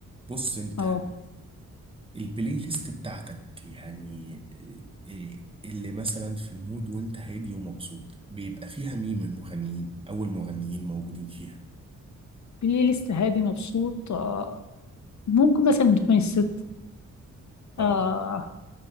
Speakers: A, on the right; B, on the left.
A: بص انت
B: اه
A: البلاي ليست بتاعتك يعني إيه- اللي مثلا في المود وانت هادي ومبسوط بيبقى فيها مين من المغنيين او المغنيين موجودين فيها
B: بلاي ليست هادي مبسوط آه، ممكن مثلا تكون الست
A: اه
B: آه،